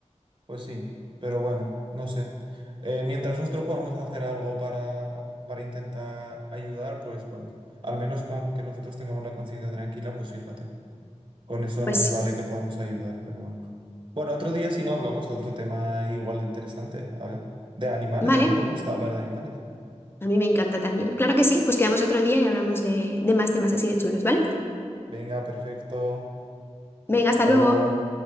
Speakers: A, on the right; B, on the left.
A: Pues sí, pero bueno, no sé. Eh, mientras nosotros podamos hacer algo para, para intentar ayudar, pues bueno, al menos con que nosotros tengamos la conciencia tranquila, pues fíjate, con eso
B: Pues
A: nos
B: sí.
A: vale que podamos ayudar, pero bueno. Bueno, otro día si no hablamos de otro tema igual de interesante, a ver, de animales,
B: Vale,
A: a mí me gusta hablar de animales.
B: A mí me encanta también. Claro que sí, pues quedamos otro día y hablamos de, de más temas así de chulos, ¿vale?
A: Venga, perfecto,
B: Venga, hasta
A: hasta
B: luego.
A: luego.